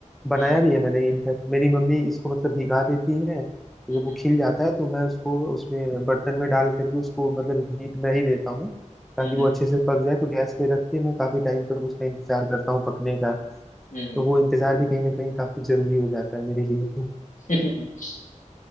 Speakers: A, in the centre; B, on the left (about 80°).
A: बनाया
B: है हम्म
A: भी है मैंने इनफैक्ट मेरी मम्मी इसको मतलब भिगा देती है तो
B: हम्म
A: जब वो खिल जाता है तो मैं उसको उसमें बर्तन में डाल करके उसको मतलब हीट में ही देता हूँ ताकि
B: हम्म
A: वो अच्छे से पक जाए तो गैस पे रख के मैं काफी टाइम तक उसका इंतजार करता हूँ पकने का
B: हम्म हम्म
A: तो वो इंतजार भी कहीं ना कहीं काफी जरूरी हो जाता है मेरे लिए तो
B: <laughs>